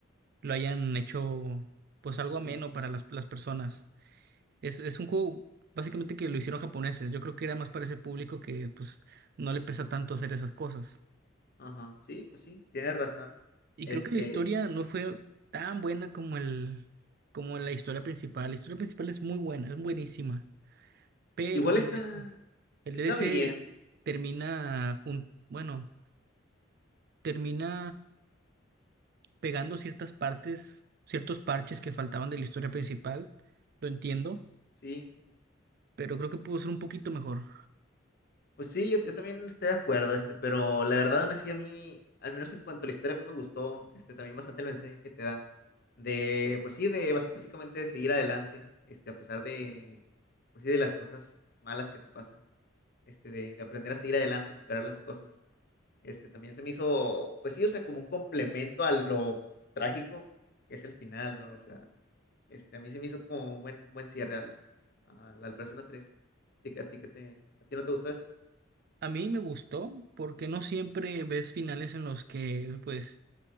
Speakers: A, on the right; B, on the left.
A: lo hayan hecho pues algo
B: así.
A: ameno para las, las personas. Es, es un juego básicamente que lo hicieron japoneses. Yo creo que era más para ese público que pues no le pesa tanto hacer esas cosas.
B: Ajá. Sí, pues sí, tienes razón.
A: Y
B: Este,
A: creo que la historia no fue tan buena como el, como la historia principal. La historia principal es muy buena, es buenísima. Pero
B: sí, igual está,
A: el, de- el
B: está
A: DLC
B: bien.
A: termina jun- bueno, termina pegando ciertas partes, ciertos parches que faltaban de la historia principal. Lo entiendo,
B: Sí, sí.
A: pero creo que pudo ser un poquito mejor.
B: Pues sí, yo, yo también estoy de acuerdo, este, pero la verdad aún así a mí, al menos en cuanto a la historia, a mí me gustó, este, también bastante el mensaje que te da, de, pues sí, de bas- básicamente de seguir adelante, este, a pesar de, pues sí, de las cosas malas que te pasan, este, de, de aprender a seguir adelante y superar las cosas, este, también se me hizo, pues sí, o sea, como un complemento a lo trágico que es el final, ¿no? O sea, este, a mí se me hizo como un buen, buen cierre a la, a la, al Persona tres ¿A ti, a ti, qué te- a ti no te gustó eso?
A: A mí me gustó porque no siempre ves finales en los que, pues,